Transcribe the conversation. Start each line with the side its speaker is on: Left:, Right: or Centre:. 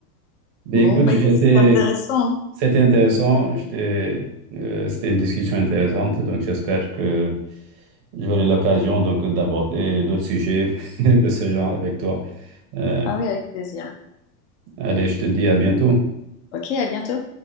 Right: Ben,
Left: Bon,
Right: écoute,
Left: bah
Right: j'étais,
Left: écoute, c'est intéressant. hein.
Right: c'était intéressant. J'étais, euh, c'était une discussion intéressante. Donc, j'espère que J'aurai l'occasion donc d'aborder d'autres sujets <laughs> de ce genre avec toi. Euh,
Left: Ah oui, avec plaisir.
Right: allez, je te dis à bientôt.
Left: Ok, à bientôt.